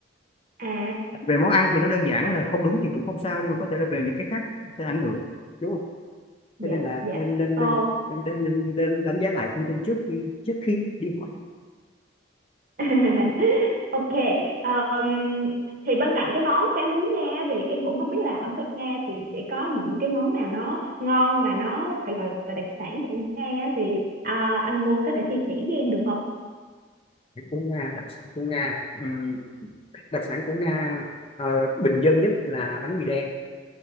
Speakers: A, on the right; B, on the left.
A: à
B: về món ăn thì nó đơn giản là không đúng thì cũng không sao nhưng mà có thể là về những cái khác sẽ ảnh hưởng đúng không
A: dạ
B: cho nên là
A: dạ
B: nên nên
A: ồ
B: nên nên, nên, nên, nên đánh giá lại thông tin trước khi trước khi đi hỏi
A: <laughs> ok Ờm, thì bên cạnh cái món cá muối Nga thì em cũng không biết là ẩm thực Nga thì sẽ có những cái món nào nó ngon mà nó phải gọi là đặc sản của Nga thì à, anh Quân có thể chia sẻ với em được không?
B: của Nga đặc sản của Nga Ừm, đặc sản của Nga ờ, bình dân nhất là bánh mì đen